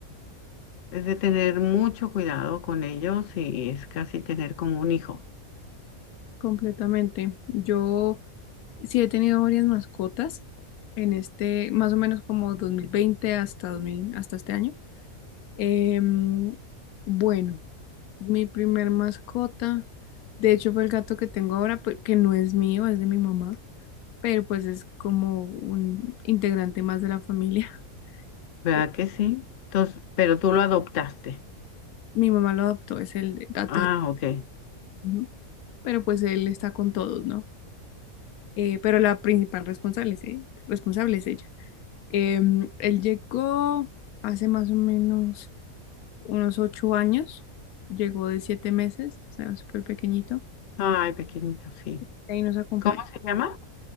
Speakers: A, on the left (about 70°); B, on the left (about 85°).
A: es de tener mucho cuidado con ellos y es casi tener como un hijo,
B: completamente. Yo... Sí, he tenido varias mascotas en este, más o menos como 2020 hasta 2000 hasta este año. Em, bueno, mi primer mascota, de hecho fue el gato que tengo ahora, pe- que no es mío, es de mi mamá, pero pues es como un integrante más de la familia. <laughs>
A: ¿verdad
B: Eh,
A: que sí? Entonces, pero tú lo adoptaste.
B: Mi mamá lo adoptó, es el gato
A: Ah,
B: de...
A: ok.
B: ujú, Pero pues él está con todos, ¿no? Eh, pero la principal responsable es, e- responsable es ella. Em, él llegó hace más o menos unos ocho años, llegó de siete meses, o sea, súper pequeñito,
A: Ay, pequeñito, sí.
B: y ahí nos acompaña.
A: ¿Cómo se llama?